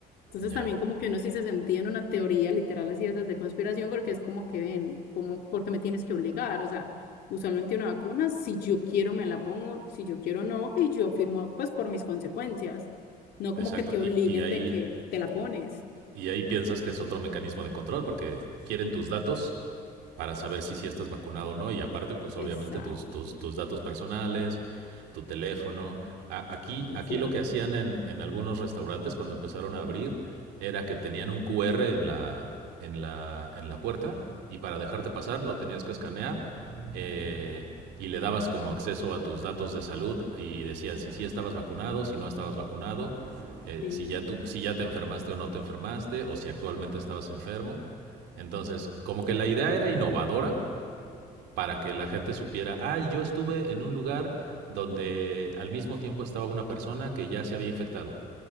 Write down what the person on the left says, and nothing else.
Entonces
también como que uno sí se sentía en una teoría literal así de esas de conspiración, porque es como que ven, como, porque me tienes que obligar? O sea, usualmente una vacuna, si yo quiero me la pongo, si yo quiero no, y yo firmo pues por mis consecuencias no
como que te obliguen
de que te la pones.
Exacto,
es cierto.
Sí.